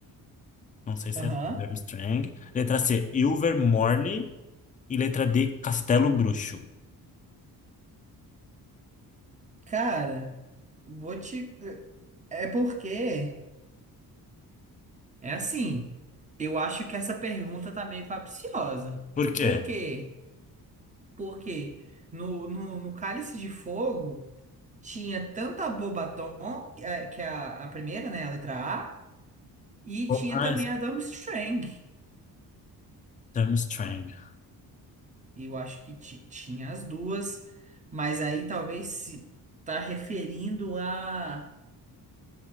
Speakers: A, on the left (about 20°); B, on the right (about 20°).
A: Não sei se
B: Aham.
A: é Durmstrang. Letra C, Ilvermorny. E letra D, Castelo Bruxo.
B: Cara, vou te. É porque. É assim, eu acho que essa pergunta tá meio capciosa.
A: Por quê?
B: Por quê? Porque no, no, no Cálice de Fogo tinha tanto a Bobaton, que é que é a, a primeira, né, a letra A, e
A: Ah,
B: tinha também a Durmstrang.
A: Strang.
B: Eu acho que ti- tinha as duas, mas aí talvez se tá referindo a...